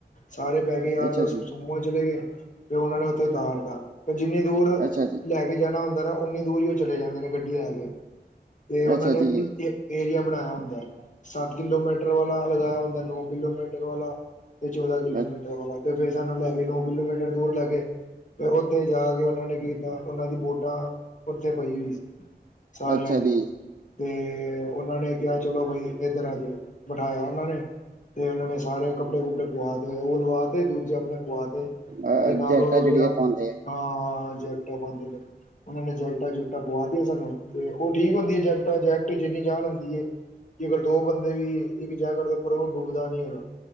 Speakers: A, on the left; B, on the right.
A: ਸਾਰੇ ਬਹਿ ਕੇ ਯਾਰ
B: ਅੱਛਾ
A: ਦੋਸਤ
B: ਜੀ
A: ਸੂਮੋ ਅ ਚ ਚਲੇ ਗਏ, ਤੇ ਉਹਨਾਂ ਨੇ ਉੱਥੇ ਉਤਾਰ ਤਾ ਤੇ ਜਿੰਨੀ ਦੂਰ
B: ਅੱਛਾ ਜੀ
A: ਲੈ ਕੇ ਜਾਣਾ ਹੁੰਦਾ ਨਾ ਉਨੀ ਦੂਰ ਹੀ ਉਹ ਚਲੇ ਜਾਂਦੇ ਨੇ ਗੱਡੀ ਲੈ ਕੇ ਤੇ ਉਹਨਾਂ
B: ਅੱਛਾ
A: ਨੇ
B: ਜੀ
A: ਏਰੀਆ ਬਣਾਇਆ ਹੁੰਦੈ ਸੱਤ ਕਿਲੋਮੀਟਰ ਵਾਲਾ ਲਗਾਇਆ ਹੁੰਦਾ, ਨੋ ਕਿਲੋਮੀਟਰ ਵਾਲਾ, ਤੇ ਚੌਦਾਂ ਕਿਲੋਮੀਟਰ
B: ਅ-
A: ਵਾਲਾ ਤੇ ਫਿਰੱ ਸਾਨੂੰ ਲੈ ਗੇ ਨੌ ਕਿਲੋਮੀਟਰ ਦੂਰ ਲੈ ਗੇ ਤੇ ਉੱਥੇ ਜਾ ਕੇ ਉਹਨਾਂ ਨੇ ਕੀ ਕੀਤਾ ਉਹਨਾਂ ਦੀ ਵੋਟਾਂ ਉੱਥੇ ਪਈ ਹੋਈ ਸੀ ਸਾਰਿਆਂ
B: ਅੱਛਾ
A: ਦੀ
B: ਜੀ
A: ਤੇ ਉਹਨਾਂ ਨੇ ਕਿਹਾ ਚਲੋ ਬਾਈ ਇਏਧਰ ਆ ਜੋ, ਬਿਠਾਇਆ ਉਹਨਾਂ ਨੇ ਤੇ ਉਹਨਾਂ ਨੇ ਸਾਰੇ ਕੱਪੜੇ ਕੁੱਪੜੇ ਪਆ ਤੇ ਉਹ ਲਵਾ ਤੇ ਦੂਜੇ ਆਪਣੇ ਪਵਾ ਤੇ,
B: ਅ,
A: ਤੇ ਨਾਲ
B: ਜੈਕਟਾਂ
A: ਉਹ
B: ਜਿਹੜੀਆਂ
A: ਜਿਹੜਾ
B: ਪਾਉਂਦੇ
A: ਅਹ ਜੈਕਟਾ ਪਾਂਦੇ ਨੇ ਉਹਨਾਂ ਨੇ ਜੈਕਟਾਂ ਜੁਕਟਾਂ ਪਵਾਤੀਆਂ ਸਾਨੂੰ, ਤੇ ਉਹ ਠੀਕ ਹੁੰਦੀ ਹੈ ਜੈਕਟਾਂ ਜੈਕਟ ਜਿੰਨੀ ਜਾਨ ਹੁੰਦੀ ਹੈ ਕਿ ਅਗਰ ਦੋ ਬੰਦੇ ਵੀ ਇੱਕ ਜੈਕਟ ਦੇ ਉੱਪਰ ਉਹ ਡੁੱਬਦਾ ਨਹੀਂ ਹੈਗਾ